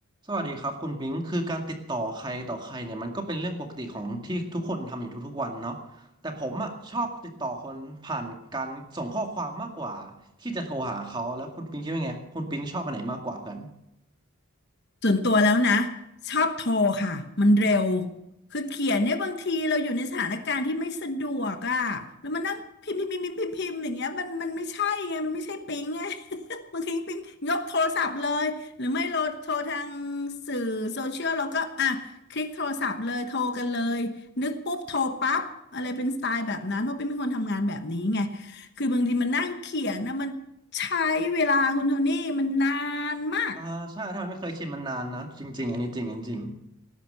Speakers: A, on the right; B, on the left.
A: สวัสดีครับคุณปิงคือการติดต่อใครต่อใครเนี่ยมันก็เป็นเรื่องปกติของที่ทุกคนทำอยู่ทุกๆวันเนาะแต่ผมอ่ะชอบติดต่อคนผ่านการส่งข้อความมากกว่าที่จะโทรหาเขาแล้วคุณปิงคิดว่าไงคุณปิงชอบอันไหนมากกว่ากัน
B: ส่วนตัวแล้วนะชอบโทรค่ะมันเร็วคือเขียนเนี่ยบางทีเราอยู่ในสถานการณ์ที่ไม่สะดวกอ่ะแล้วมานั่งพิมพ์พิมพ์พิมพ์พิมพ์พิมพ์อย่างเงี้ยมันมันไม่ใช่ไงมันไม่ใช่ปิ๊งไง <laughs> บางทีปิ๊งยกโทรศัพท์เลยหรือไม่โหลดโทรทางสื่อโซเชียลเราก็อ่ะคลิกโทรศัพท์เลยโทรกันเลยนึกปุ๊บโทรปั๊บอะไรเป็นสไตล์แบบนั้นเพราะปิ๊งเป็นคนทำงานแบบนี้ไงคือบางทีมันนั่งเขียนนะมันใช้เวลาคุณโทนี่มันนานมาก
A: อ่าใช่ถ้ามันไม่เคยชินมันนานนะจริงๆอันนี้จริงอันนี้จริง